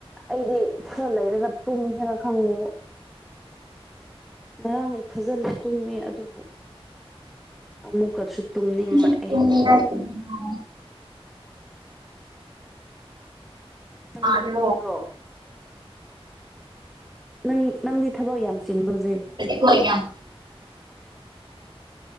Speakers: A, in the centre; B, on the right.
A: ꯑꯩꯗꯤ ꯈꯔ ꯂꯩꯔꯒ ꯇꯨꯝꯁꯤꯔ ꯈꯪꯗꯦꯕꯣ ꯉꯔꯥꯡ ꯐꯖꯅ ꯇꯨꯝꯃꯦ ꯑꯗꯨꯕꯨ ꯑꯃꯨꯛꯀꯁꯨ ꯇꯨꯝꯅꯤꯡꯂꯛꯑꯦ
B: <unintelligible>
A: ꯅꯪꯗꯤ
B: ꯗꯦ
A: ꯇꯨꯝꯅꯤꯡꯗ꯭ꯔꯣ ꯅꯪ ꯅꯪꯗꯤ ꯊꯕꯛ ꯌꯥꯝ ꯆꯟꯕꯔꯣ ꯍꯧꯖꯤꯛ
B: ꯍꯣꯏ ꯌꯥꯝ